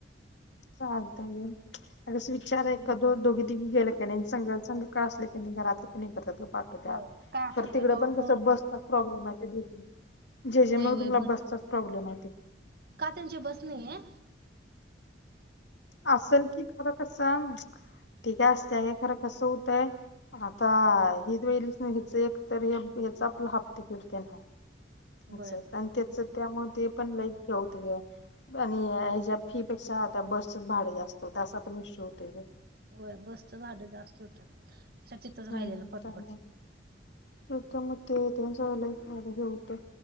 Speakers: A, on the left; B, on the right.
A: चालतय घे. अगस विचाराय
B: हम्म.
A: दो दोघी गेले कनै, संग संग का असलं की नै घरातले पण हे करतातग, पाटवत्यात.
B: होय काय असल
A: खर तिकड
B: ते डाऊट
A: पण कस, बसतचा प्रॉब्लेम आहे, त्या जे जे
B: वय
A: मगदूमला
B: वय बस
A: बसचाच प्रॉब्लेम आहे.
B: का त्यांची बस नाई या.
A: असल कि, खरं कस, ती काय आसत्या घे, हे खर कसं होतय आता हे लच नाही हेच एक तर हे ह्याच आपलं हाफ तिकीट तेन हाय
B: होय
A: अस, आणि त्याच त्यामुळे ते पण लाईच हेे होते गं. आणि ह्याच्या फी पेक्षा, त्या बसचेच भाडे जास्त, असा पण विषय होतोय नी
B: होय, बसचं भाडं जास्त होतंय, तिथंच
A: हम्म
B: राहिलेलं पर
A: त्यामुळे तर मग ते त्यांचं लाईफ वगैरे होतं.